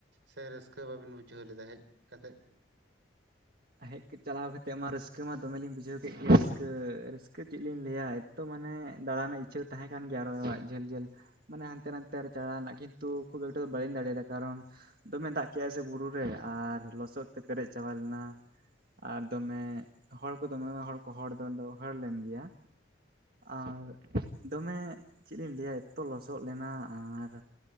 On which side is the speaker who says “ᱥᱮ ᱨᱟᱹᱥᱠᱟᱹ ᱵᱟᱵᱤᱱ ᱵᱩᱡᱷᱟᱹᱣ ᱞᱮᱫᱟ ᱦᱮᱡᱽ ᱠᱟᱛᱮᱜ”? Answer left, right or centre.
Right